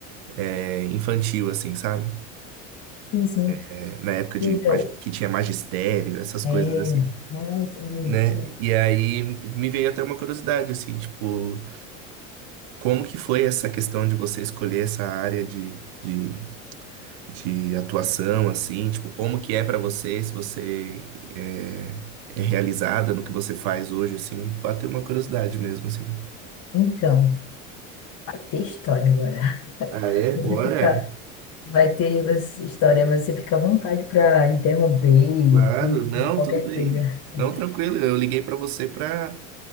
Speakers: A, on the right (about 60°); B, on the left (about 50°).
A: é, infantil, assim, sabe?
B: assim,
A: É, na época de,
B: incrível.
A: magi- que tinha magistério, essas
B: É,
A: coisas assim,
B: é isso mesmo,
A: né?
B: tô ligado.
A: E aí me veio até uma curiosidade, assim, tipo, como que foi essa questão de você escolher essa área de... de de atuação, assim, tipo, como que é pra você, se você é, é realizada no que você faz hoje, assim, bateu uma curiosidade mesmo, assim.
B: Então, vai ter história agora. <laughs>
A: Ah, é?
B: Você
A: Bora?
B: fica, vai ter essa história, mas você fica à vontade para interromper e
A: Claro,
B: perguntar
A: não,
B: qualquer
A: tudo bem.
B: coisa. <laughs>
A: Não, tranquilo, eu liguei pra você pra